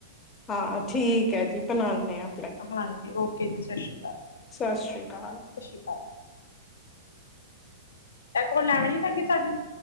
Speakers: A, on the left; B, on the left.
A: ਹਾਂ, ਠੀਕ ਹੈ ਜੀ ਬਣਾਣੇ ਆਂ।
B: ਹਾਂਜੀ, ਓਕੇ ਜੀ ਸਤਿ ਸ਼੍ਰੀ ਅਕਾਲ।
A: ਸਤਿ ਸ਼੍ਰੀ ਅਕਾਲ।
B: ਸਤਿ ਸ਼੍ਰੀ ਅਕਾਲ, ਐ ਕੋਲ ਐਵੇ ਨੀ ਲੱਗੀ ਸਾਡੀ।